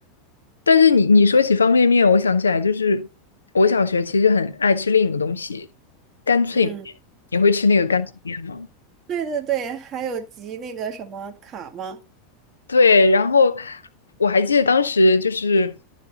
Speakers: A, on the left (about 80°); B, on the right (about 35°).
A: 但是你你说起方便面，我想起来就是我小学其实很爱吃另一个东西，干脆面。
B: 嗯，
A: 你会吃那个干脆面吗？
B: 对对对，还有集那个什么卡吗？
A: 对，然后我还记得当时就是